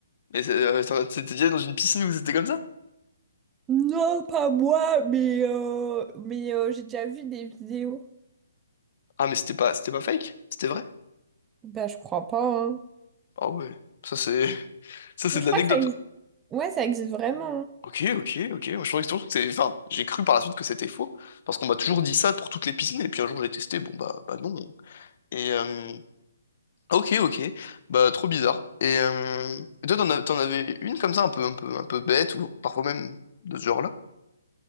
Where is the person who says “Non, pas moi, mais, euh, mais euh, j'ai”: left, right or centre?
Right